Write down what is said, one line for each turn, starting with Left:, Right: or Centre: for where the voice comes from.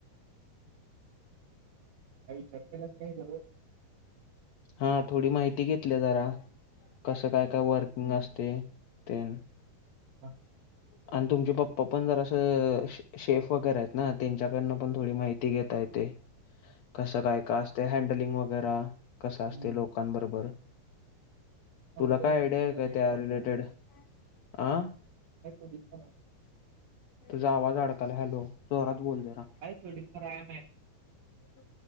Right: ह ह. त्या विचार केलाच नाही झागं.
Left: हा थोडी माहिती घेतली जरा कसं काय काय वर्किंग असते ते.
Right: हा हा.
Left: आणि तुमचे पप्पा पण जर असं शेफ वगैरे आहेत ना त्यांच्याकडनं
Right: होय
Left: पण
Right: होय.
Left: थोडी माहिती. घता येते कस
Right: ते पण
Left: काय
Right: आहे.
Left: का असते हँडलिंग वगैर कसं असते
Right: हम्म
Left: लोक. दकबरोबर तुला
Right: अगोदर
Left: काय
Right: होतं
Left: आयडिया आहे काय
Right: एक
Left: त्या
Right: हॉटेल
Left: रिलेटेड. आ.
Right: ह क.
Left: तुझा आवाज अडकला हलो जोरात बोल दे ना.
Right: तोडीपय.
Left: हो.